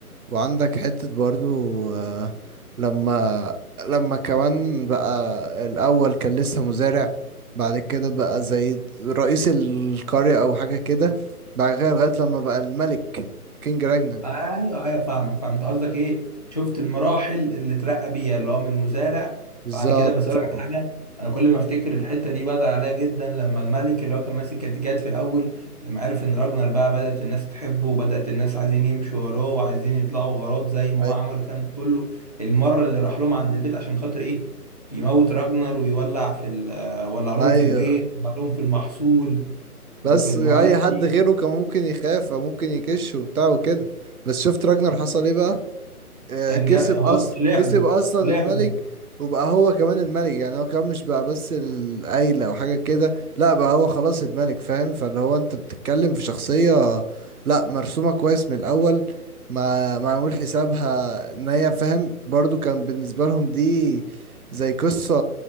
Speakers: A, on the right; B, on the left.
A: وعندك حتة برضو آه، لما لما كمان بقى الأول كان لسه مزارع بعد كده بقى زي رئيس القرية أو حاجة كده بعد كده لغاية لما بقى الملك كينج راجنا
B: ايوه ايوه فاهمك فهمت قصدك ايه شفت المراحل اللي اترقى بيها اللي هو من مزارع
A: بالظبط
B: بعد كده بس أقولك على حاجه انا كل ما افتكر الحته دي بزعل عليها جدا لما الملك اللي هو كان ماسك كاتيجات في الاول لما عرف ان راجنر بقى بدات الناس تحبه وبدات الناس عايزين يمشوا وراه وعايزين يطلعوا غارات زي ما
A: أي-
B: هو عمل كان كله المره اللي راح لهم عند البيت عشان خاطر ايه يموت راجنر ويولع في ال- آه، ولع لهم
A: أيوه
B: في البيت ولع لهم في المحصول وفي
A: بس
B: المواشي
A: أي حد غيره كان ممكن يخاف أو ممكن يكش وبتاع وكده بس شفت راجنر حصل ايه بقى آه،
B: كان
A: كسب
B: جا... هو
A: اصلا
B: طلع
A: كسب
B: له
A: اصلا
B: طلع
A: الملك
B: له
A: وبقى هو كمان الملك يعني هو كمان مش بقى بس العيلة او حاجة كده لا بقى هو خلاص الملك فاهم فاللي هو انت بتتكلم في شخصية لا مرسومة كويس من الاول ما معمول حسابها ان هي فاهم برضو كان بالنسبة لهم دي زي قصة